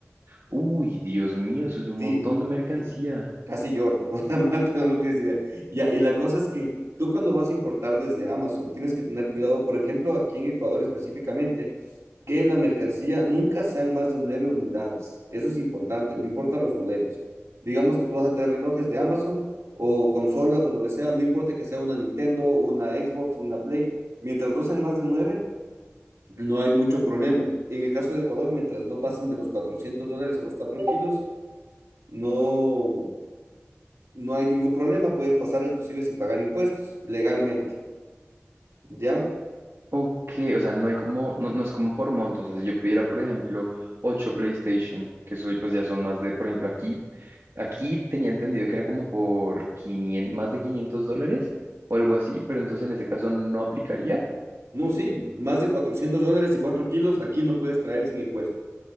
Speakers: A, on the right; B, on the right.
A: Uy, Dios mío, eso es un
B: Sí,
A: montón de mercancía.
B: sí casi lloro, <laughs> o sea, mal, pero no tienes idea. Ya, y la cosa es que tú cuando vas a importar desde Amazon tienes que tener cuidado, por ejemplo, aquí en Ecuador específicamente, que la mercancía nunca sean más de nueve unidades. Eso es importante, no importa los modelos. Digamos que tú vas a tener relojes de Amazon o consolas o lo que sea, no importa que sea una Nintendo, una Xbox, una Play, mientras no sean más de nueve, no hay mucho problema. En el caso de Ecuador, mientras no pasen de los 400 dólares a los 4 kilos, no, no hay ningún problema, puedes pasarla inclusive sin pagar impuestos, legalmente, ¿ya?
A: Ok, o sea, no hay como, no, no es como por montos. O sea, si yo pidiera, por ejemplo, 8 PlayStation, que soy, pues ya son más de, por ejemplo, aquí, aquí tenía entendido que era como por 500, más de 500 dólares o algo así, pero entonces en ese caso no aplicaría.
B: No, sí, más de 400 dólares y 4 kilos aquí no puedes traer sin impuestos.